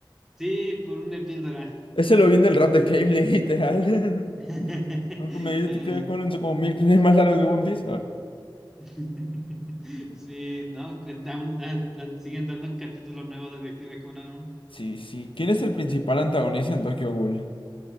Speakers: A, in the centre; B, on the left.
A: Sí, por una píldora.
B: Ese lo vi en el rap de Cable, literal. <laughs>
A: <laughs>
B: Nunca me vi detective
A: Eh,
B: Conan, son como mil veces más largo que One Piece. Ahora,
A: <laughs> Sí, no, que dan- da- da- siguen dando capítulos nuevos de Detective Conan aún.
B: sí, sí. ¿Quién es el principal antagonista en Tokyo Ghoul?